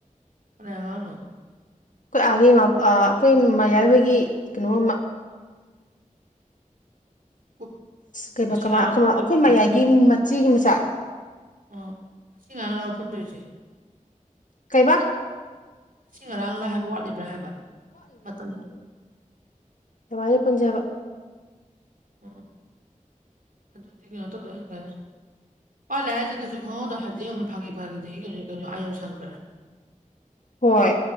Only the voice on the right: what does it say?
ꯀꯅꯥꯢ ꯑꯉꯥꯡꯅꯣ
ꯄꯨ-
ꯉꯁꯤ
ꯉꯔꯥꯡ ꯄꯨꯟꯗꯣꯏꯔꯣ
ꯍꯥꯏꯁꯦ
ꯑꯣ ꯑꯁꯤ ꯉꯥꯡꯁꯤꯒꯔꯣ ꯄꯨꯟꯗꯣꯏꯁꯦ
ꯑꯁꯤ ꯉꯔꯥꯡꯅ ꯍꯥꯏꯕ ꯋꯥꯠꯂꯤꯕ꯭ꯔꯥ ꯍꯥꯏꯕ ꯃꯇꯝꯗꯣ
ꯑꯣ ꯑꯗꯨꯗꯤ ꯀꯩꯅꯣ ꯇꯧꯔꯛꯑꯅ ꯀꯥꯏꯅ ꯄꯜꯂꯦꯁꯦ ꯀꯩꯁꯨ ꯈꯪꯍꯧꯗꯣ ꯍꯧꯖꯤꯛꯡꯉꯛ ꯐꯥꯒꯤ ꯐꯒꯤꯗꯤ ꯑꯩ ꯀꯩꯅꯣ ꯀꯩꯅꯣ ꯑꯥꯏ ꯌꯧꯁꯟꯈ꯭ꯔꯦ